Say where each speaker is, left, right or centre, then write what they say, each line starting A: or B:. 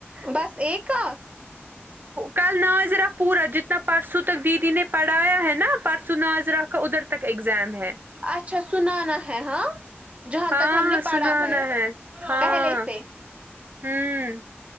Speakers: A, on the right; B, on the right.
A: بس ایک کا
B: کل ناضرا پورا جتنا پرسوں تک دیدی نے پڑھایا ہے نا پرس ناضیرہ کا ادھر تک ایگزام ہے
A: اچھا سنانا ہے ہاں جہاں
B: ہاں
A: تک ہم نے پڑھا
B: سنانا ہے ہاں
A: پہلے سے
B: ہوں